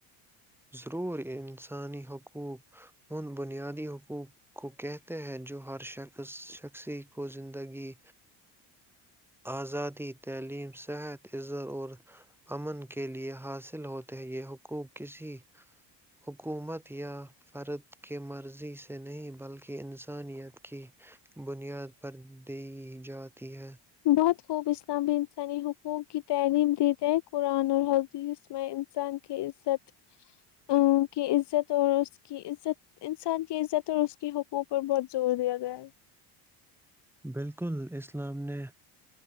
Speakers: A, in the centre; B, on the left (about 60°).
A: ضرور انسانی حقوق ان بنیادی حقوق کو کہتے ہیں جو ہر شخص شخصی کو زندگی آزادی تعلیم صحت ازر اور امن کے لیے حاصل ہوتے ہیں یہ حقوق کسی حکومت یا فرد کی مرضی سے نہیں بلکہ انسانیت کی بنیاد پر دی جاتی ہے
B: بہت خوب اسلامب نی حقوق کی تعلیم دی دے قرآن اور حدیث میں انسان کی عزت ا کی عزت اور اس کی عزت انسان کی عزت اور اس کے حقوق پر بہت زور دیا گیا ہے
A: بالکل اسلام نے